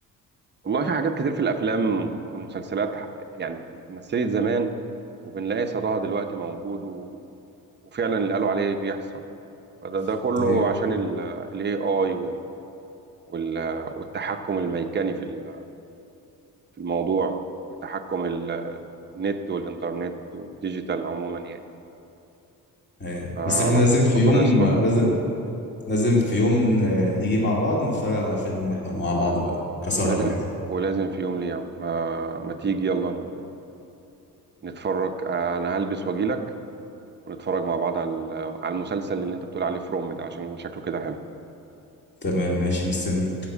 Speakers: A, on the right (about 30°); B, on the left (about 30°).
A: والله في حاجات كتير في الافلام والمسلسلات ح- يعني اتمثلت زمان وبنلاقي صداها دلوقتي موجود و... وفعلا اللي قالوا عليه بيحصل ده,
B: <laughs>
A: ده كله
B: ايوه
A: عشان الاي اي وال... وال... والتحكم الميكاني في ال- في الموضوع تحكم ال- النت والانترنت والديجيتال عموما يعني
B: ايوه
A: آه
B: بس احنا
A: رب...
B: لازم في
A: ربنا
B: يوم
A: يسترها
B: لازم لازم في يوم ن- نيجي مع بعض ونتفرج على فيلم احنا مع بعض بقى كسهرة
A: ولازم
B: كده
A: ولازم في يوم ليا ما... ما تيجي يلا ن- نتفرج آه، انا هلبس واجيلك ونتفرج مع بعض على ال- على المسلسل اللي انت بتقول عليه فروم ده عشان شكله كده حلو
B: تمام ماشي مستني